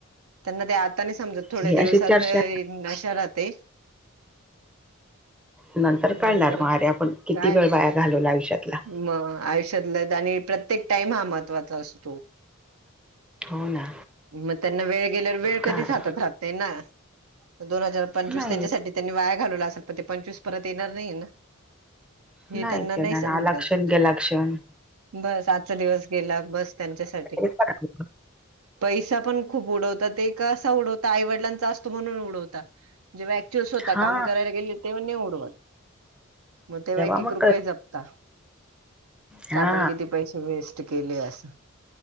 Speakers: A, on the right; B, in the centre.
A: त्यांना ते आता नाय समजत थोडे
B: ही
A: दिवसाचा
B: अशी चर्चा
A: हे नशा राहते.
B: नंतर कळणार
A: नंतर
B: मग, अरे आपण किती
A: काय
B: वेळ वाया घालवला आयुष्यातला.
A: मग आयुष्यातला आणि प्रत्येक टाइम हा महत्त्वाचा असतो.
B: हो ना
A: मग त्यांना वेळ गेल्यावर, वेळ
B: काय
A: कधीच हातात राहत नाय ना. दोन हजार पंचवीस
B: नाही
A: त्यांच्यासाठी त्यांनी वाया घालवला असल, पण ते पंचवीस परत येणार नाही ना.
B: नाहीच
A: हे त्यांना नाही
B: येणार,
A: समजत
B: आला क्षण गेला क्षण.
A: बस आजचा दिवस गेला, बस त्यांच्यासाठी.
B: करावं
A: पैसा पण खूप उडवता ते कसा उडवता आईवडलांचा असतो म्हणून उडवता, जेव्हा एक्च्युअल स्वतः
B: हा
A: काम करायला गेले तेव्हा नाय उ मग तेव्हा एकएक
B: मग
A: रुपय
B: कर
A: जपता,
B: हा
A: का आपण किती प पैसे वेस्ट केले असं.